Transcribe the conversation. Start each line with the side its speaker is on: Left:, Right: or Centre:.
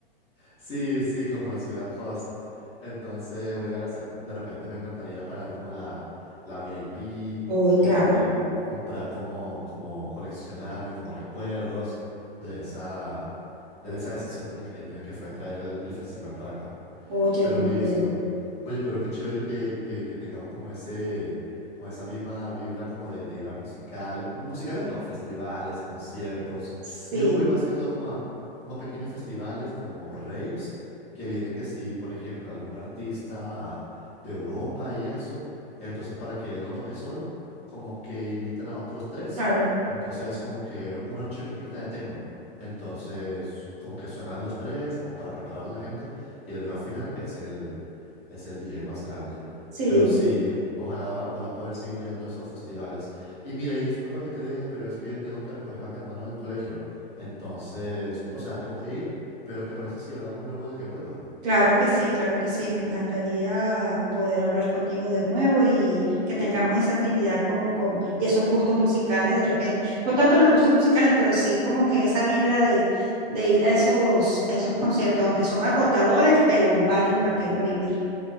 Left: Sí, sí, como la ciudad host, entonces voy a gastar como de repente me encantaría pagar como la, la VIP
Right: Uy,
Left: y
Right: claro.
Left: también comprar como, como coleccionables, como recuerdos de esa, de esa decisión tan increíble que fue traer el el festival para acá.
Right: Oye,
Left: Pero
Right: muy
Left: listo.
Right: bien.
Left: Oye, pero qué chévere que, que, que tengamos como ese, como esa misma vibra como de, de ir a musicales. Musicales no, festivales, conciertos.
Right: Sí,
Left: Yo voy más que todo como a, como a pequeños festivales, como raves, que viene que si, por ejemplo, algún artista de Europa y eso. Entonces, para que él no toque solo, como que invitan a otros tres.
Right: claro,
Left: Entonces, como que una noche completa de techno. Entonces, como que suenan los tres, como para preparar a la gente y el gran final es el, es el DJ más grande.
Right: sí.
Left: Pero sí, ojalá, ojalá poder seguir yendo a esos festivales. Y mira, y disculpa que te dije, pero es que tengo que recoger a mi hermano del colegio. Entonces, o sea, tengo que ir, pero ¿te parece si hablamos luego de que vuelva?
Right: Claro que sí, claro que sí. Me encantaría poder hablar contigo de nuevo y que tengamos esa afinidad con, con y esos gustos musicales de repente. No tanto los gustos musicales, pero sí como que esa vibra de, de ir a esos, a esos conciertos, aunque son agotadores, pero valen la pena vivirlo.